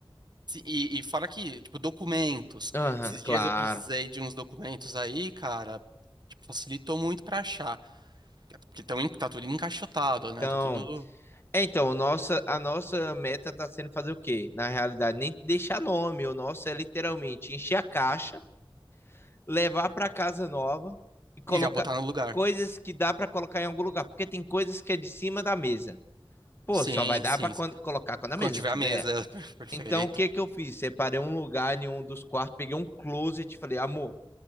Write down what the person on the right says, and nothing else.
se- E, e fora que, tipo, documentos.
Esses
dias eu precisei de uns documentos aí, cara. Tipo, facilitou muito pra achar. Porque tão, en- tá tudo encaixotado,
né? Tá tudo.
E já botar no lugar.
Sim,
sim.
Quando
tiver
a mesa, <laughs> per- perfeito.